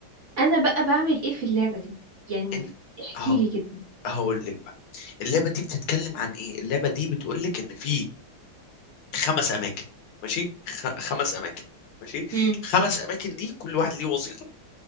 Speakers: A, on the right (about 45°); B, on the left (about 85°).
A: أنا بقى بعمل إيه في اللعبة دي يعني
B: أنت
A: احكيلي
B: أهو
A: كده
B: هقول لك بقى اللعبة دي بتتكلم عن إيه اللعبة دي بتقول لك إن في خمس أماكن ماشي خ... خمس أماكن ماشي
A: امم
B: خمس أماكن دي كل واحد ليه وظيفة